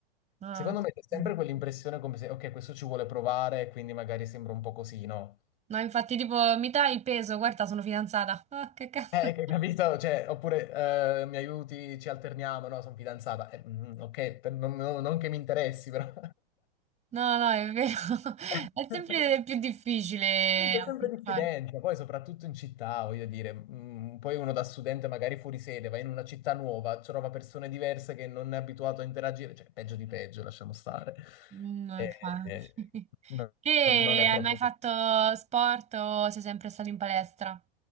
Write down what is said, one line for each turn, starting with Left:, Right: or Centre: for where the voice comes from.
Right: Ah,
Left: Secondo me c'è sempre
Right: sì.
Left: quell'impressione come se, ok, questo ci vuole provare, quindi magari sembra un po' così, no?
Right: No, infatti, tipo, mi dai il peso, guarda, sono fidanzata. Ah, che cazzo.
Left: Eh, che- capito? Cioè, oppure eh, mi aiuti, ci alterniamo, no? Sono fidanzata. Eh, mm, ok, per- non, non- non che mi interessi, però.
Right: No, no, è vero. <laughs>
Left: <laughs>
Right: È sempre più difficile
Left: Comunque
Right: approcciare.
Left: È sempre diffidenza, poi soprattutto in città, voglio dire, mm, poi uno da studente magari fuori sede va in una città nuova, trova persone diverse che non è abituato a interagire, cioè peggio di peggio, lasciamo stare.
Right: Mm, No,
Left: Eh,
Right: infatti.
Left: eh,
Right: <laughs> Te
Left: non è proprio...
Right: hai mai fatto sport o sei sempre stato in palestra?